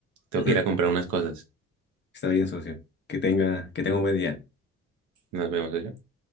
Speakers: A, on the right (about 75°); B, on the left (about 35°).
A: Tengo
B: <laughs>
A: que ir a comprar unas cosas.
B: Está bien, socio. Que tenga, que tenga un buen día.
A: Nos vemos, socio.